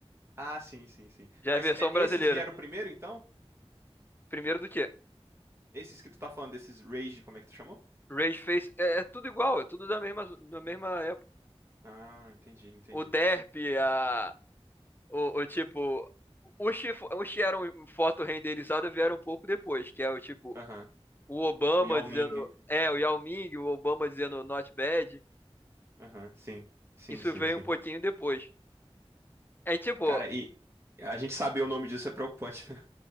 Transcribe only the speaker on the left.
Já
é a versão
brasileira.
Primeiro do que?
Rage Face é, é tudo igual, é tudo da mesma, da mesma época.
O Derp, a, o, o tipo. Os que, fo- os que eram foto renderizada vieram um pouco depois, que é o tipo.
O Obama
dizendo.
É, o Yao Ming, o Obama dizendo not bad.
Isso
veio
um pouquinho depois. É tipo,